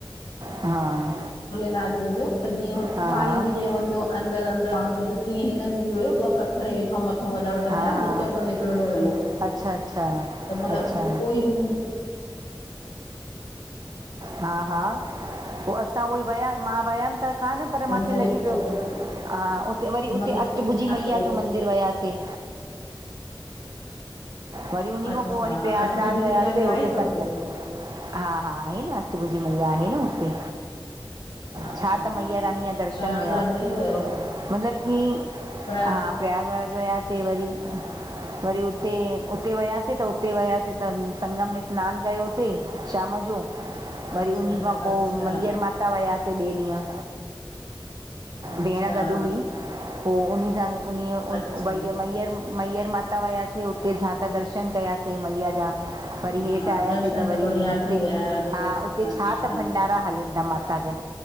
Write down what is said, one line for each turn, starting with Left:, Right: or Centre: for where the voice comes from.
Right: हा!
Left: भोलेनाथ जो हुयो त जीअं हुन
Right: हा
Left: कुआारी
Right: हा
Left: में जीअं हुनजो अंदरि अंदरि माण्हू वञे तीअं हिन मेंें बि हुयो ॿ पथर हेठ मथ वॾा वॾा
Right: हा
Left: हुया
Right: हा
Left: विच ता निकिरणो हुयो
Right: अच्छा अच्छा
Left: त मतिलब
Right: अच्छा
Left: कोई बि ह
Right: हा -हा, पो असां उहोई वया मां वयमि त कान पर माखे
Left: मोटो
Right: लॻे पियो
Left: मोटो
Right: हा उते वरी उते
Left: मंदरु
Right: अष्टभुजी
Left: किथे
Right: मैया जो मंदिरु वयासें। वरी उन्ही
Left: अच्छा
Right: खां पो वरी प्रयागराज
Left: अष्टभुजी
Right: वयासें
Left: मैया बि आहे
Right: उते
Left: छा हुते
Right: संग हा -हा आहे न अस्टभुजी मैया आहे न हुते।
Left: अच्छा
Right: छा त मैयारानी जा दर्शन
Left: प्रयागराज
Right: हुया।
Left: वरी वियो
Right: मतिलबु की,
Left: प्रया
Right: हा प्रयाग वयासें वरी, वरी उते उते वयासें त उते वयासें त संगम में स्नानु कयोसें शाम जो।
Left: अच्छा,
Right: वरी उन्ही
Left: अच्छा,
Right: खां
Left: अच्छा,
Right: पो मैहर माता वयासे ॿिए ॾींहं।
Left: अच्छा,
Right: भेण गॾु हुई पो उन्ही सां उन उ
Left: अच्छा,
Right: वई मैहर मैहर माता वयासे, उते झा त दर्शन कयासें मैया जा। वरी
Left: न
Right: हेठि आयासें
Left: दर्शन
Right: त वरी
Left: बढ़िया
Right: हुते
Left: थी विया वरी।
Right: हा उते
Left: अच्छा,
Right: छा त भंडारा हलिन्दा माता ता जा